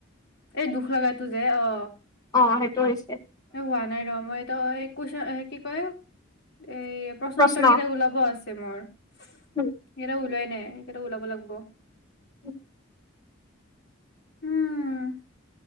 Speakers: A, on the left; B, on the left.
A: এই দুখ লগা তু যে অ।
B: অ সেইটো হৈছে।
A: হোৱা নাই ৰ। মই তো এ কুইছো কি কয় এই প্ৰশ্নোত্তৰ
B: প্ৰশ্ন।
A: কেইটাক ওলাব আছে। ছেমৰ ছেম সেকেইটাও
B: উম,
A: ওলোৱাই নাই সেইকেইটাও ওলাব' লাগব।
B: <unintelligible>
A: উম